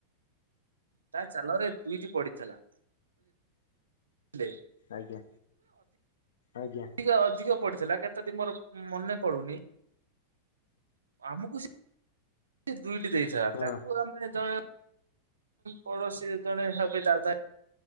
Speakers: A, on the right; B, on the left.
A: ତା ଚାଲରେ ଦୁଇଟି ପଡିଥିଲା। ଠେ
B: ଆଜ୍ଞା ଆଜ୍ଞା।
A: ଟିକେ ଅଧିକ ପଡିିଥିଲା କେତେଟି ମୋର ମନେ ପଡୁନି। ଆମକୁ ସେ ସେ ଦୁଇଟି ଦେଇଥିଲା।
B: ହଁ
A: ତାକୁ ଆମେ ଜଣେ ପଡ଼ୋଶୀ ଜଣେ ହେବେ ଦାଦା